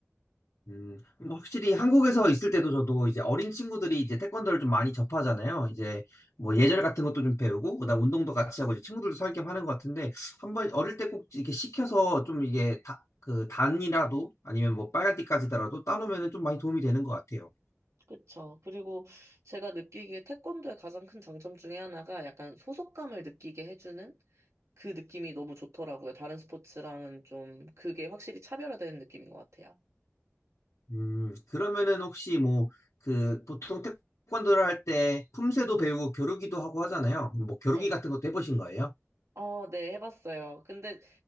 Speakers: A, on the left; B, on the right.
A: 음, 그러니까 확실히 한국에서 있을 때도 저도 이제 어린 친구들이 이제 태권도를 좀 많이 접하잖아요. 이제 뭐 예절 같은 것도 좀 배우고, 그다음 운동도 같이 하고 이제 친구들도 살겸 하는 것 같은데 한번 어릴 때 꼭 이렇게 시켜서 좀 이게 다, 그 단이라도 아니면 뭐 빨간 띠까지더라도 따놓으면은 좀 많이 도움이 되는 것 같아요.
B: 그쵸. 그리고 제가 느끼기에 태권도의 가장 큰 장점 중에 하나가 약간 소속감을 느끼게 해주는 그 느낌이 너무 좋더라고요. 다른 스포츠랑은 좀 그게 확실히 차별화되는 느낌인 것 같아요.
A: 음, 그러면은 혹시 뭐 그 보통 태권도를 할 때 품새도 배우고 겨루기도 하고 하잖아요. 뭐 겨루기
B: 네.
A: 같은 것도 해보신 거예요?
B: 어, 네, 해봤어요. 근데